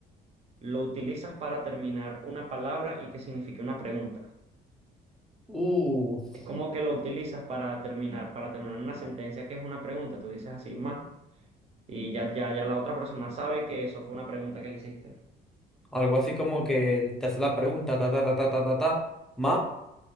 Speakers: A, on the right; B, in the centre.
A: lo utilizas para terminar una palabra y que signifique una pregunta.
B: uf,
A: Es como que lo utilizas para terminar, para terminar una sentencia que es una pregunta. Tú dices así, más, y ya, ya, ya la otra persona sabe que eso fue una pregunta que le hiciste.
B: algo así como que te hace la pregunta, ta, ta, ta, ta, ta, ta, ta, ma,